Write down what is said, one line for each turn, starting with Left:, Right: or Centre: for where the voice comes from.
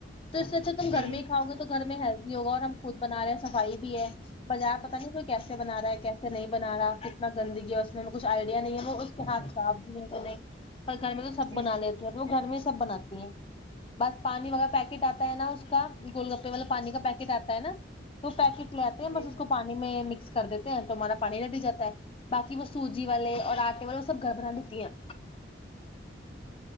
Left: تو اس سے اچھ تم
Right: جی
Left: گھر میں ہی کاؤ گے تو گھر میں ہیلدی ہوگا اور ہم خود بنا رہے ہیں صفائی بھی ہے بازار پتہ نہیں کوئی کیسے بنا رہا ہے کیسے نہیں بنا رہا کتنا گندگی ہے اس میں کچھ آئیڈیا نہیں ہے وہ اس کے ہاتھ صاف بھی ہیں کہ نہیں پر گھر میں تو سب
Right: جی
Left: بنا
Right: جی
Left: لیتی ہیں تو وہ گھر میں ہی سب بناتی ہیں بس پانی
Right: جی
Left: وغیرہ پیکٹ آتا ہے نا اس کا گول گپے والا پانی کا پیکٹ آتا ہے نا تو پیکٹ میں
Right: جی
Left: بس اس کو پانی میں مکس کر دیتے ہیں تو مانا پانی ڈ دی جاتا ہے باقی وہ سوجی والے اور آٹے والے وہ سب گھر بنا لیتی ہیں